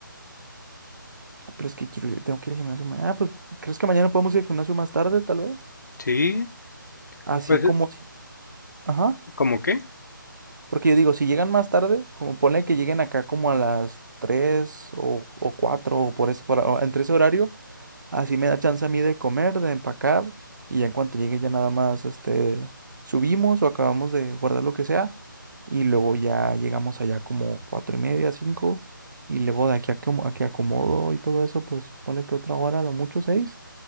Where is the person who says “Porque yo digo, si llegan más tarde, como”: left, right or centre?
Right